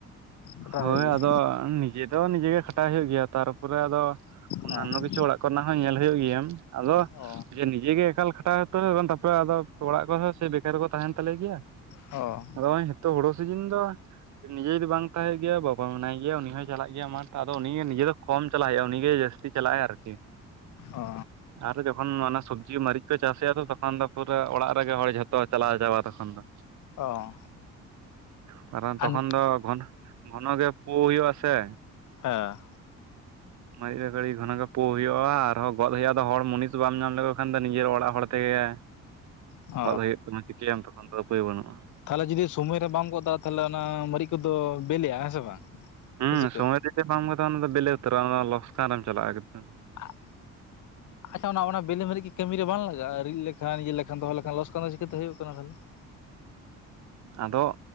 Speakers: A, on the left; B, on the right.
A: ᱠᱟᱴᱟᱣ
B: ᱦᱳᱭ
A: ᱦᱩᱭᱩᱜ
B: ᱟᱫᱚ
A: ᱜᱮᱭᱟ?
B: ᱱᱤᱡᱮ ᱫᱚ ᱱᱤᱡᱮ ᱜᱮ ᱠᱷᱟᱴᱟᱜ ᱦᱩᱭᱩᱜ ᱜᱮᱭᱟ ᱛᱟᱨᱯᱚᱨᱮ ᱟᱫᱚ ᱚᱱᱟ
A: ᱦᱮᱸ
B: ᱚᱱᱱᱟᱱᱚ ᱠᱤᱪᱷᱩ ᱚᱲᱟᱜ ᱠᱚᱨᱮᱱᱟᱜ ᱦᱚᱸ ᱧᱮᱞ ᱦᱩᱭᱩᱜ ᱜᱮᱭᱟ, ᱟᱫᱚ
A: ᱚ
B: ᱡᱮ ᱱᱤᱡᱮ ᱜᱮ ᱮᱠᱟᱞ ᱠᱷᱟᱴᱟᱣ <inaudible> ᱛᱟᱯᱚᱨᱮ ᱟᱫᱚ ᱚᱲᱟᱜ ᱠᱚᱨᱮ ᱦᱚᱸ ᱥᱮᱭ ᱵᱮᱠᱟᱨ ᱠᱚ ᱛᱟᱦᱮᱱ ᱛᱟᱞᱮ ᱜᱮᱭᱟ᱾
A: ᱚ᱾
B: ᱱᱚᱜ-ᱚᱭ ᱦᱮᱛᱚᱜ ᱦᱩᱲᱩ ᱥᱤᱡᱤᱱ ᱫᱚ, ᱱᱤᱡᱮ ᱡᱩᱫᱤ ᱵᱟᱝ ᱢᱮᱛᱟᱭ ᱜᱮᱭᱟ, ᱵᱟᱵᱟ ᱢᱮᱱᱟᱭ ᱜᱮᱭᱟ, ᱩᱱᱤ ᱦᱚᱸᱭ ᱪᱟᱞᱟᱜ ᱜᱮᱭᱟ ᱢᱟᱨᱴ, ᱟᱫᱚ ᱩᱱᱤ ᱦᱚᱸ ᱱᱤᱡᱟᱹ ᱫᱚ ᱠᱚᱢ ᱪᱟᱞᱟᱣ ᱦᱩᱭᱩᱜ-ᱟ, ᱩᱱᱤᱜᱮ ᱡᱟᱹᱥᱛᱤ ᱪᱟᱞᱟᱜ-ᱟᱭ ᱟᱨᱠᱤ᱾
A: ᱚ
B: ᱟᱨᱦᱚ ᱡᱚ, ᱚᱱ ᱚᱱᱟ ᱥᱚᱵᱽᱡᱤ ᱢᱟᱨᱤᱪ ᱠᱚ ᱪᱟᱥ ᱮᱼᱟ, ᱛᱚ ᱛᱚᱠᱷᱚᱱ ᱫᱚ ᱯᱩᱨᱟᱹ ᱚᱲᱟᱜ ᱨᱮᱜᱮ ᱦᱚᱲ ᱡᱷᱚᱛᱚ ᱪᱟᱞᱟᱣ ᱪᱟᱵᱟ ᱛᱚᱠᱷᱚᱱ ᱫᱚ᱾
A: ᱚ,
B: ᱢᱟᱨᱟᱝ ᱛᱚᱠᱷᱚᱱ
A: ᱟᱨ ᱦᱮᱸ
B: ᱫᱚ ᱮᱠᱷᱚᱱ ᱜᱷᱚᱱᱚ ᱜᱮ ᱯᱩ ᱦᱩᱭᱩᱜ-ᱟ, ᱥᱮ?
A: ᱦᱮᱸ,
B: ᱢᱟᱹᱨᱤᱜ ᱨᱮ ᱜᱷᱟᱹᱲᱤ ᱜᱷᱚᱱᱚ ᱜᱮ ᱯᱳ ᱦᱩᱭᱩᱜ-ᱟ, ᱟᱨᱦᱚᱸ ᱜᱚᱫ ᱦᱩᱭᱩᱜ-ᱟ, ᱫᱚ ᱦᱚᱲ ᱢᱩᱱᱤᱥ ᱫᱚ ᱵᱟᱢ ᱧᱟᱢ ᱞᱮᱠᱚ ᱠᱷᱟᱱ ᱫᱚ ᱱᱤᱡᱟᱹᱨ ᱚᱲᱟᱜ ᱦᱚᱲ ᱛᱮᱜᱮ,
A: ᱚ
B: ᱜᱚᱫ ᱦᱩᱭᱩᱜ ᱠᱟᱱᱟ, ᱪᱤᱠᱟᱹ ᱭᱟᱢ ᱛᱚᱠᱷᱚᱱ ᱫᱚ ᱩᱯᱟᱹᱭ ᱵᱟᱹᱱᱩᱜ-ᱟ᱾
A: ᱛᱟᱦᱮᱞᱮ ᱡᱩᱫᱤ ᱥᱳᱢᱚᱭ ᱨᱮ ᱵᱟᱢ ᱜᱚᱫ ᱫᱟᱲᱮᱜᱼᱟ, ᱛᱟᱦᱮᱞᱮ ᱚᱱᱟ ᱢᱟᱨᱤᱪ ᱠᱚᱫᱚ ᱵᱮᱞᱮᱜ-ᱟ, ᱦᱮᱸ ᱥᱮ ᱵᱟᱝ!
B: ᱦᱩᱸ
A: ᱥᱮ ᱪᱤᱠᱟᱹ
B: ᱥᱚᱢᱚᱭ ᱨᱮ ᱡᱩᱫᱤ ᱵᱟᱢ ᱜᱚᱫᱟ, ᱚᱱᱟ ᱫᱚ ᱵᱮᱞᱮ ᱩᱛᱟᱹᱨᱚᱜ-ᱟ, ᱚᱱᱟ ᱞᱚᱥᱠᱟᱱ ᱨᱮᱢ ᱪᱟᱞᱟᱜ-ᱟ, ᱮᱠᱫᱚᱢ᱾
A: ᱟᱜ ᱟᱪᱪᱷᱟ ᱚᱱᱟ ᱚᱱᱟ ᱵᱤᱞᱮ ᱢᱟᱹᱨᱤᱡ ᱜᱮ ᱠᱟᱹᱢᱤ ᱨᱮ ᱵᱟᱝ ᱞᱟᱜᱟᱜ-ᱟ? ᱨᱤᱫ ᱞᱮᱠᱷᱟᱱ, ᱤᱭᱟᱹ ᱞᱮᱠᱷᱟᱱ, ᱫᱚᱦᱚ ᱞᱮᱠᱷᱟᱱ, ᱞᱚᱥᱠᱟᱱ ᱫᱚ ᱪᱤᱠᱟᱹᱛᱮ ᱦᱩᱭᱩᱜ ᱠᱟᱱᱟ ᱵᱷᱟᱞᱮ? <inaudible>
B: ᱟᱫᱚᱜ